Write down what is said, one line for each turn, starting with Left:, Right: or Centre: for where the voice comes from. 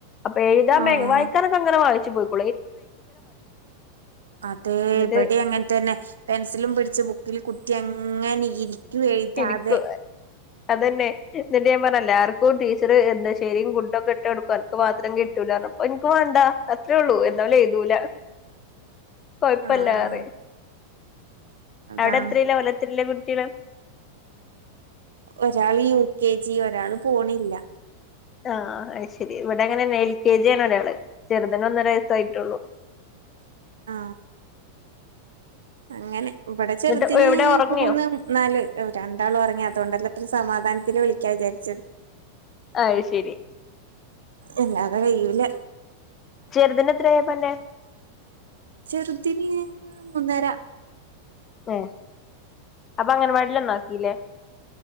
Left: അപ്പൊ എഴുതാൻ
Right: ആഹ്
Left: വായിക്കാനൊക്കെ അങ്ങനെ വായിച്ചു പോയിക്കും
Right: അതെ
Left: എന്നിട്ട്
Right: ഇവിടെ അങ്ങനെ തന്നെ പെൻസിലും പിടിച്ച് ബുക്കിൽ കുത്തി അങ്ങനെ ഇരിക്കും എഴുതാതെ
Left: ഇക്ക അതന്നെ എന്നിട്ട് ഞാൻ പറഞ്ഞ എല്ലാവർക്കും ടീച്ചറ് എന്താ ശരിും ഫുഡൊക്കെ ഇട്ട് എടുക്കും എനിക്ക് മാത്രം കിട്ടൂലോ അപ്പൊ എനിക്ക് വേണ്ടാ അത്രേള്ളൂ എന്നല്ല എഴുതുൂല
Right: <inaudible>
Left: കൊഴപ്പില്ലാറ
Right: ആഹ് അതാണ്
Left: അവിടെ എത്രല്ല വല്ല എല്ലേ കുട്ടികള്
Right: ഒരാള് യു കെ ജി ഒരാള് പോണില്ല
Left: ആഹ് ശരി ഇവിടെ അങ്ങനെ തന്നെ എൽ കെ ജി ആണ് ഒരാള്, ചെറുതിന് ഒന്നര വയസ്സായിട്ടുള്ളു.
Right: ആഹ്. അങ്ങനെ ഇവിടെ ചെറുതിന്
Left: എന്നിട്ട് എവിടെ ഉറങ്ങിയോ
Right: മൂന്ന് നാല് രണ്ടാളും ഉറങ്ങി അതുകൊണ്ടല്ലേ. ഒരു സമാധാനത്തില് വിളിക്കാ വിചാരിച്ച്.
Left: ആഹ് ശരി.
Right: എല്ലാതെ കൈയ്യൂലാ.
Left: ചെറുതിന് എത്രയാപ്പന്റെ
Right: ചെറുതിന് മൂന്നര.
Left: ഏ അപ്പൊ അംഗനവാടിയിൽ ഒന്നാക്കിയില്ലേ?